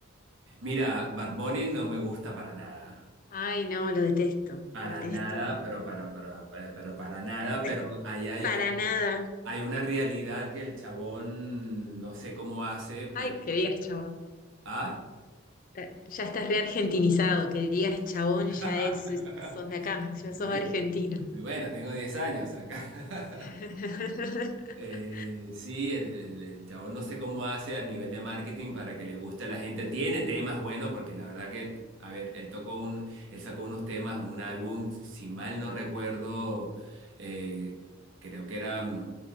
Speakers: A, on the right; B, on the left.
A: Mira, Bad Bunny no me gusta para nada.
B: Ay, no, lo detesto,
A: Para
B: lo detesto.
A: nada, pero para, pero, eh, pero para nada,
B: Es
A: pero ahí hay,
B: Para
A: hay,
B: nada.
A: hay una realidad que el chabón no sé cómo hace, pero...
B: Ay, que digas chabón.
A: ¿Ah?
B: Eh, Ya estás reargentinizado que digas chabón,
A: <laughs>
B: ya es, es- sos de acá, ya sos
A: ¿Viste?
B: argentino.
A: Y Bueno, tengo 10 años acá. <laughs>
B: <laughs>
A: Eh, sí, el, el- el chabón no sé cómo hace a nivel de marketing para que le guste a la gente. Tiene temas buenos, porque la verdad que, a ver, él tocó un, él sacó unos temas, un álbum, si mal no recuerdo, eh, creo que era, mm,